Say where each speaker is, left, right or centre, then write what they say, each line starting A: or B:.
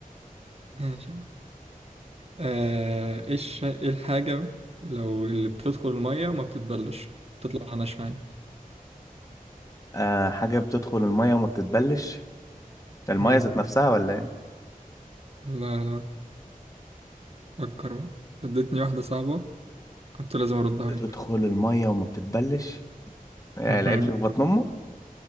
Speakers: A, on the right; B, on the left.
A: ماشي يا عم آه، إيش إيه الحاجة لو اللي بتدخل المية وما بتتبلش تطلع ناشفة عادي
B: آه حاجة بتدخل المية وما بتتبلش ده المية
A: مم.
B: ذات نفسها ولا ايه؟
A: لا لا فكر بقى اديتني واحدة صعبة كنت لازم أرد عليك
B: بتدخل المية وما بتتبلش يعني
A: مهم.
B: العجل في بطن أمه؟